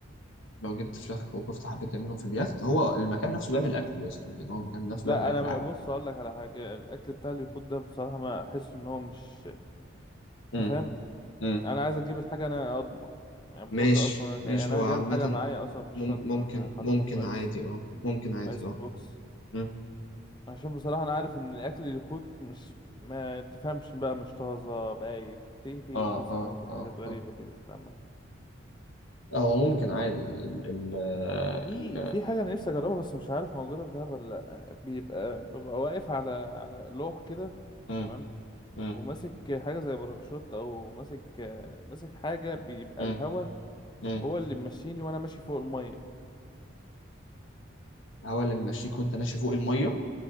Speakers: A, on the left; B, on the left.
A: لو جبت فراخ وكفته حبيت تعملهم في اليخت هو المكان نفسه بيعمل اكل يا اسطى يعني هو المكان نفسه
B: لا
A: بيعمل اكل
B: انا بقى-
A: عادي
B: بص اقول لك على حاجة الاكل بتاع اليخوت ده بصراحة ما احس ان هو مش
A: امم
B: انت فاهم
A: امم
B: انا عايز اجيب الحاجه انا اضمن يعني
A: ماشي
B: بفكر اصلا يعني
A: ماشي
B: انا
A: هو عامة
B: جايب الحاجه معايا اصلا في الشنطه
A: مم- ممكن
B: انا حاططها
A: ممكن
B: في ايس
A: عادي اه ممكن عادي
B: ايس
A: اه
B: بوكس
A: امم
B: عشان بصراحه انا عارف ان الاكل اللي يخوت مش ما تفهمش بقى مش طازه بايت في في
A: اه
B: تحس ان
A: اه
B: هو في
A: اه
B: حاجات غريبه
A: اه
B: كده انت عمال
A: اه هو ممكن عادي ال ال
B: في
A: ال
B: في حاجه انا نفسي اجربها بس مش عارف موجوده في دهب ولا لا بيبقى ببقى واقف على على لوح كده
A: امم
B: تمام
A: امم
B: وماسك حاجه زي باراشوت او ماسك ماسك حاجه بيبقى
A: امم
B: الهوا
A: امم
B: هو اللي ماشيني وانا ماشي فوق الميه
A: الهواء اللي ممشيك وانت ماشي فوق المية